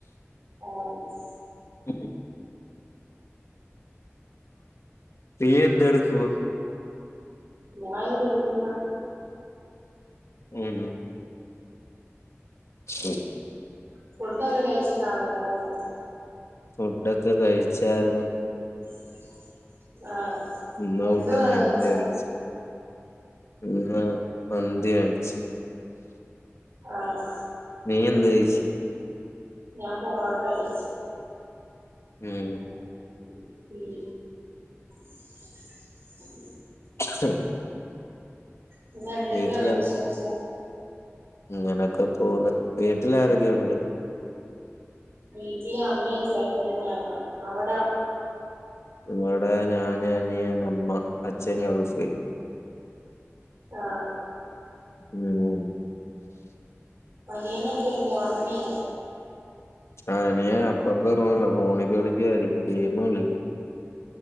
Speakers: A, on the right; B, on the left.
A: ആഹ്
B: അല്ലെ നീ എന്തടുക്കുവാ
A: ഞാ ഇവിടെ ഇരിക്കുന്ന
B: ഉം ഉം
A: ഫുഡ്ഡൊക്കെ കയിച്ചിട്ടാണോ കടന്നെ
B: ഫുഡൊക്കെ കഴിച്ചായ്രുന്നു
A: <inaudible> ആ
B: ന്നാ
A: എന്തുവാ
B: ഫുഡ നേരെത്തെ
A: കഴിച്ചേ
B: കയിച് ഇന്ന് മന്തി വേട്ച്ച്
A: ആഹ്
B: നീ എന്ത് കഴിച്ച്
A: ഞാൻ പൊറോട്ട കഴിച്ച്
B: ഉം
A: ഉം <inaudible>
B: അ <inaudible>
A: പിന്നെ എന്തേക്കെയുണ്ട്
B: വീട്ടില്
A: വിശേഷം
B: ഇങ്ങനൊക്കെ പോണ് വീട്ടില് ആരെക്കെയുണ്ട്
A: വീട്ടില് അമ്മയും ചേട്ടനും ഞാനും അവടാ
B: ഇവട ഞാന് അനിയൻ അമ്മ അച്ഛൻ ഗൾഫി
A: ആഹ്
B: ഉം
A: അനിയന് ഒക്കെ എന്ധെ ഒർങ്യോ
B: ആ അനിയന് അപ്പർത്ത റൂമിലാ ഫോണ് കളിക്കായിരിക്കും ഗെയിമ് കളിക്ക